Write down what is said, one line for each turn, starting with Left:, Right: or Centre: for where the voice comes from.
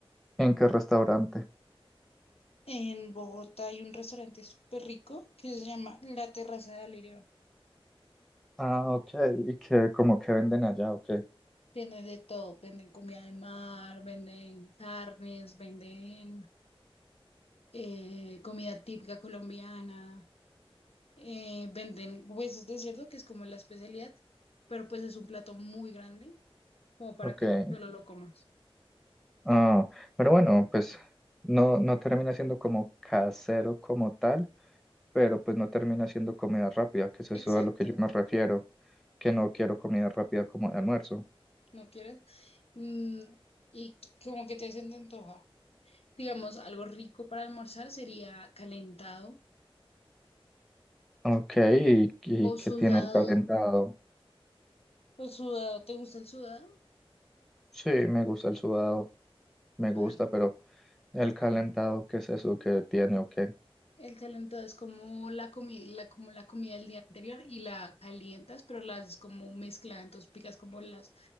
Centre: ¿En qué restaurante?
Left: En Bogotá hay un restaurante súper rico que se llama La Terraza de Alirio.
Centre: Ah, ok, y que como que venden allá, ok,
Left: Venden de todo, venden comida de mar, venden carnes, venden eh, comida típica colombiana. eh, venden huesos de cerdo, que es como la especialidad, pero pues es un plato muy grande, como para
Centre: ok.
Left: que solo lo comas.
Centre: Ah, pero bueno, pues no, no termina siendo como casero como tal, pero pues no termina siendo comida rápida, que es eso
Left: Exacto,
Centre: a lo que yo me refiero, que no quiero comida rápida como de almuerzo.
Left: ¿no quieres? Mm, y como que te hacen de antoja. Digamos, algo rico para almorzar sería calentado
Centre: Ok, ¿y, y
Left: o
Centre: qué
Left: sudado.
Centre: tiene el calentado?
Left: ¿O sudado? ¿Te gusta el sudado?
Centre: Sí, me gusta el sudado, me
Left: Madre
Centre: gusta, pero el calentado, ¿qué es eso que tiene o qué?
Left: El calentado es como la comida, la, como la comida del día anterior y la calientas, pero la haces como mezclada, entonces picas como los